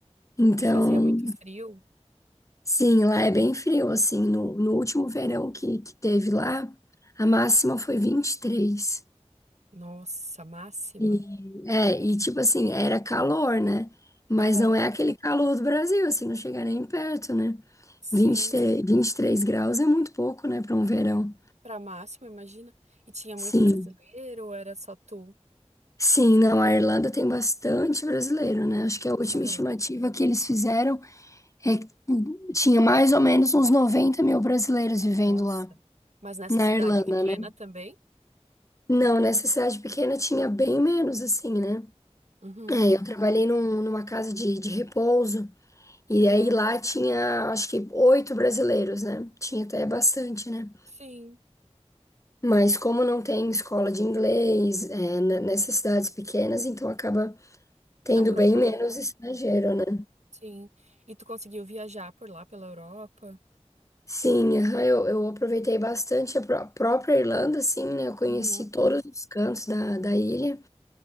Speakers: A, on the left; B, on the right.
A: Então.
B: E fazia muito frio.
A: Sim, lá é bem frio, assim, no, no último verão que, que teve lá, a máxima foi vinte E, três
B: Nossa, máxima.
A: e é, e tipo assim, era calor, né? Mas
B: Aham.
A: não é aquele calor do Brasil, assim, não chega nem perto, né?
B: Sim,
A: vinte e três, vinte e três graus é muito pouco, né, para um verão.
B: pra máxima, imagina. E tinha muito
A: Sim.
B: brasileiro, ou era só tu?
A: Sim, não, a Irlanda tem bastante brasileiro, né? Acho que a última
B: Aham.
A: estimativa que eles fizeram é que tinha mais ou menos uns 90 mil brasileiros vivendo
B: Nossa.
A: lá,
B: Mas nessa
A: na
B: cidade
A: Irlanda,
B: pequena
A: né?
B: também?
A: Não, nessa cidade pequena tinha bem menos, assim, né?
B: Uhum.
A: É, eu trabalhei num- numa casa de, de repouso,
B: Que
A: e
B: legal.
A: aí lá tinha, acho que, oito brasileiros, né? Tinha até bastante, né?
B: Sim,
A: Mas como não tem escola de inglês, é, n- nessas cidades pequenas, então acaba tendo
B: que não procuram
A: bem menos
B: muito.
A: estrangeiro, né?
B: Sim. E tu conseguiu viajar por lá pela Europa?
A: Sim, aham, eu, eu aproveitei bastante a pró- própria Irlanda, assim, né? Eu conheci
B: Uhum.
A: todos os cantos da, da ilha